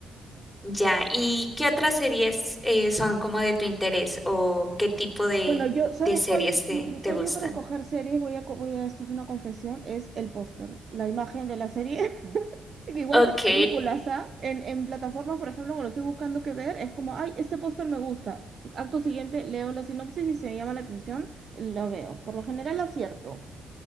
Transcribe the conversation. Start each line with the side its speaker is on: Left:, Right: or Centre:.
Centre: Ya, ¿y qué otras series eh, son como de tu interés o qué tipo de,
Right: Bueno, yo, ¿sabes
Centre: de series
Right: cuál es
Centre: te,
Right: mi criterio
Centre: te gustan?
Right: para escoger series? Voy a, co- voy a, esto es una confesión, es el póster, la imagen de la serie. <laughs> Que Igual
Centre: Ok,
Right: para películas, ¿ah? En, en plataformas, por ejemplo, cuando estoy buscando qué ver, es como, ay, este póster me gusta. Acto siguiente, leo la sinopsis y si me llama la atención, lo veo. Por lo general acierto,